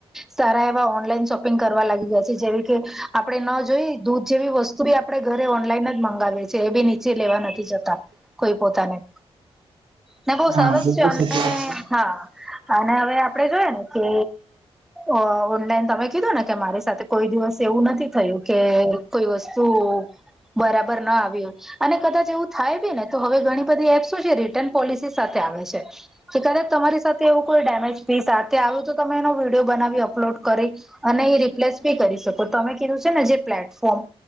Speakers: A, in the centre; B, on the right.
A: સારા એવા ઓનલાઈન શોપિંગ કરવા લાગી ગયા છે જેવી કે આપણે ન જોઈ દૂધ જેવી વસ્ તુ બી આપણે ઘરે ઓનલાઈન જ મગાવીએ એ બી નીચે લેવા ન થી જતા કોઈ પોતાને ને બહું
B: હા
A: સરસ
B: બિલકુલ
A: છે અને
B: સાચી વાત
A: હા અને હવે આપડે જોઈય ને કે અ ઓનલાઇન તમે કીધું ને કે મારી સાથે કોઈ દિવસ એવું નથી થયું કે કોઇ વસ્તુ બરાબર ન આવી હોય અને કદાચ એવું થાય બી ને તો હવે ઘણી બધી એપ શું છે રિટર્ન પોલિસી સાથે આવે છે. કે તરત તમારી સાથે એવું કોઈ ડેમેજ પીસ સાથે આવ્યું તો તમે એનો વિડિયો બનાવી અપલોડ કરી અને એ રિપ્લેસ બી કરી શકો તમે કીધું છે ને જે પ્લેટફોર્મ